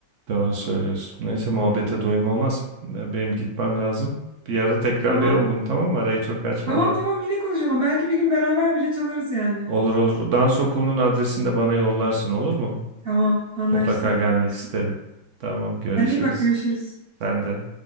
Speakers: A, on the right; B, on the right.
A: Doğru söylüyorsun. Neyse muhabbete doyum olmaz. Ya Benim gitmem lazım. Bir ara tekrarlayalım
B: Tamam.
A: bunu tamam mı? Arayı çok açmadan.
B: Tamam tamam yine konuşalım. Belki bir gün beraber bile çalarız yani.
A: Olur olur. Dans okulunun adresini de bana yollarsın olur mu?
B: Tamam anlaştık
A: Mutlaka gelmek
B: anlaştık.
A: isterim. Tamam görüşürüz.
B: Kendine iyi bak görüşürüz.
A: Sen de.